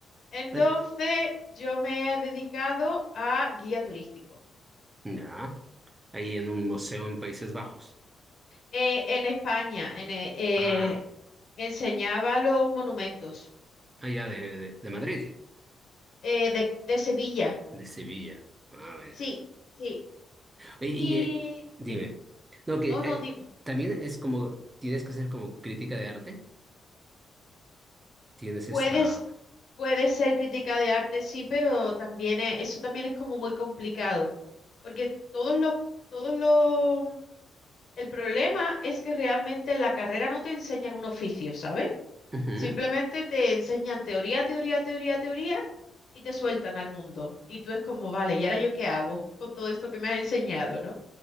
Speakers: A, on the left; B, on the right.
A: entonces
B: Ay,
A: yo me he dedicado a guía turístico.
B: ya. Ahí en un museo en Países Bajos.
A: Eh, en España, en, eh, eh,
B: Ah,
A: enseñaba los monumentos
B: allá de, de, de Madrid,
A: eh, de, de Sevilla.
B: de Sevilla. A ver.
A: Sí, sí.
B: Y, y,
A: Y
B: eh, dime.
A: dime,
B: No, que
A: no, no,
B: eh,
A: dime.
B: también es como, tienes que hacer como crítica de arte. Tienes esa...
A: Puedes, puedes ser crítica de arte, sí, pero también es- eso también es como muy complicado, porque todos los, todos los, el problema es que realmente en la carrera no te enseñan un oficio, ¿sabes?
B: Ujú,
A: Simplemente te enseñan teoría, teoría, teoría, teoría y te sueltan al mundo. Y tú es como, vale, ¿y ahora yo qué hago con todo esto que me has enseñado, ¿no?